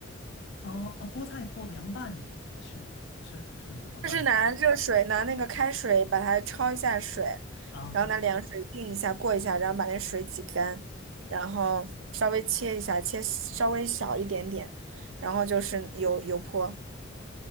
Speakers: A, on the left (about 60°); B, on the right (about 80°).
A: 啊啊，菠菜做凉拌是是是怎么办呢？
B: 就是拿热水，拿那个开水把它焯一下水，
A: 啊哈
B: 然后拿凉水定一下，过一下，然后把那水挤干，然后稍微切一下，切稍微小一点点，然后就是油油泼。